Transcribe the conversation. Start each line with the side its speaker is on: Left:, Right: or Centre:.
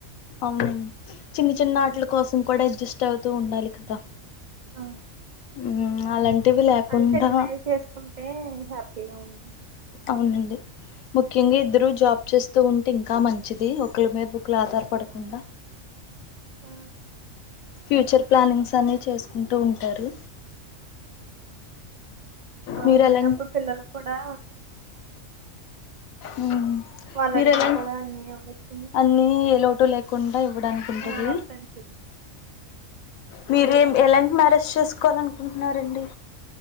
Left: అవునండి చిన్న చిన్న వాటలా
Right: ఉమ్.
Left: కోసం కూడా అడ్జస్ట్ అవుతు అవుతూ ఉండాలి కదా
Right: ఆ
Left: ఉహు అలాంటి, టివి లేకుండా
Right: అది సెటిల్ అయి చేసుకుంటే హ్యాపీగా ఉంది
Left: అవునండి ముఖ్యంగా ఇద్దరు
Right: ఉమ్.
Left: జాబ్ చేస్తూ ఉంటే ఇంకా మం మంచిది ఒకళ్ళ మీద ఒకలు ఆధారపడకుండా,
Right: ఆ,
Left: ఫ్యూచర్ ప్లానింగ్స్ అన్ని చేసుకుంటూ ఉంటారు
Right: అవునండి
Left: మీరు ఎలా
Right: అప్పుడు పిల్లలకు కూడా
Left: ఊ ఊ
Right: వాళ్ళు
Left: మీరు
Right: అడిగింది
Left: ఎలా
Right: కూడా అన్ని ఇవ్వచ్చు
Left: అన్ని ఎ లోటు లేకుండా ఇవ్వడానికుంటది
Right: ఆ ఫ్రెండ్స్
Left: మీరు ఎం ఎలాంటి మ్యారేజ్ చేసుకోవాలి అనుకుంటున్నారండి,